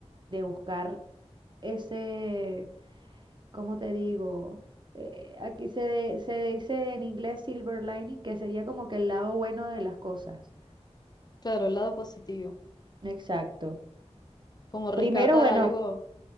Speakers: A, on the right; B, on the left.
A: de buscar ese, ¿cómo te digo? Eh, aquí se, se dice en inglés silver lining, que sería como que el lado bueno de las cosas.
B: Claro, el lado positivo,
A: Exacto.
B: como rescatar
A: Primero, bueno,
B: algo,